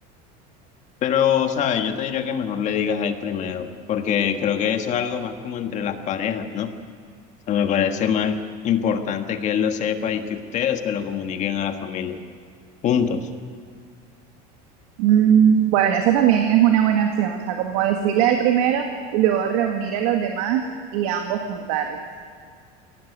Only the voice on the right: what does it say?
Mm, Bueno, esa también es una buena opción, o sea, como decirle al primero y luego reunir a los demás y ambos juntarles.